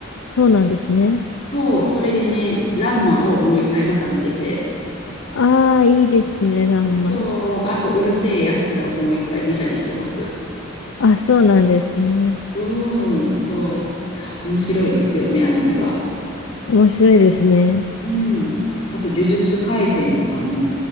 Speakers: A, on the left; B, on the left.
A: そうなんですね。
B: そう、それでね、ランマをもう一回また見てて、
A: ああ、いいですね、らんま。
B: そう、あとうるせえやつらをもう一回見たりしてます。
A: あ、そうなんですね。
B: うん、そう。面白いですよね、アニメは。
A: 面白いですね。
B: うん。あと、呪術廻戦とかも